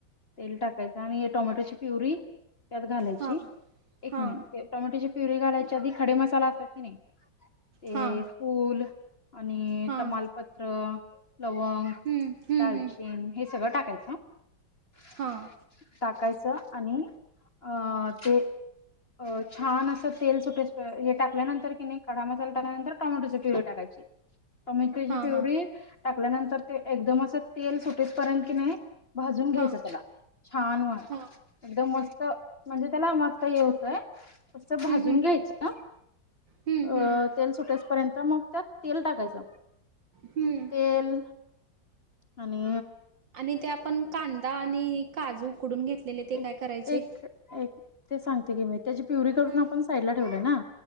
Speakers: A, on the left (about 35°); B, on the right (about 75°).
A: तेल टाकायचं आणि टोमॅटोची प्युरी त्यात घालायची
B: हां
A: एक
B: हां
A: मिनिट टोमॅटोची प्युरीे घालायच्या आधी खडे मसाला असतात की नाही ते
B: हां
A: फूल आणि
B: हां
A: तमालपत्र लवंग
B: हम्म हम्म
A: दालचीन
B: हम्म
A: हे सगळं टाकायचं <inaudible>
B: हां
A: टाकायचं आणि अ-ते अ.. छान असं तेल सुटेस-पर्यंत हे टाकल्यानंतर कि नाही खडा मसाला टाकल्यानंतर टोमॅटोची प्युरी टाकायची टोमॅटोची
B: हां
A: प्युरी
B: हां
A: टाकल्यानंतर ते एकदम असं तेल सुटेस पर्यंत की नाही भाजून घ्यायच
B: हां
A: त्याला छान व
B: हां
A: एकदम मस्त म्हणजे त्याला मस्त हे होतय असं
B: हम्म
A: भाजून
B: हम्म
A: घ्यायचं
B: हम्म हम्म
A: अ-
B: हम्म
A: तेल सुटेस पर्यंत मग त्यात तेल टाकायचं
B: हम्म.
A: तेल आणि
B: आणि ते आपण कांदा आणि काजू उकडून घेतलेले ते काय
A: एक
B: करायचे?
A: एक एक ते सांगते की मी त्याची प्युरी करून
B: हम्म.
A: आपण साईडला ठेवलय ना